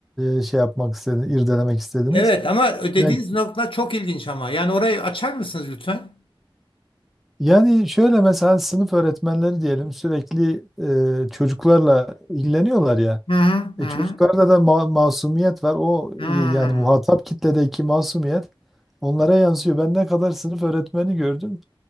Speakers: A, in the centre; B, on the left.
A: e, şey yapmak istediniz, irdelemek istediniz.
B: Evet ama dediğiniz
A: Yani,
B: nokta çok ilginç ama. Yani orayı açar mısınız lütfen?
A: yani şöyle mesela sınıf öğretmenleri diyelim sürekli e, çocuklarla ilgileniyorlar ya.
B: Hı hı
A: E,
B: hı.
A: çocuklarda da ma- masumiyet var. O
B: hı.
A: e, yani muhatap kitledeki masumiyet onlara yansıyor. Ben ne kadar sınıf öğretmeni gördüm.